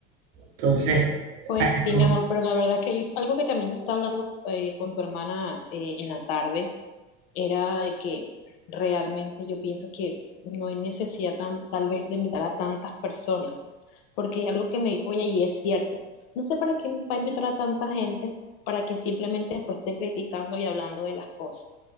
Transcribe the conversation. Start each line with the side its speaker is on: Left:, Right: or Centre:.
Right: Entonces,
Left: Pues
Right: a eso,
Left: sí, mi amor, pero la verdad es que yo- algo que también yo estaba hablando eh, con tu hermana eh, en la tarde era de que realmente yo pienso que no hay necesidad tan, tal vez de invitar a tantas personas. porque hay algo que me dijo ella y es cierto. No sé para quién va a invitar a tanta gente para que simplemente después estén criticando y hablando de las cosas.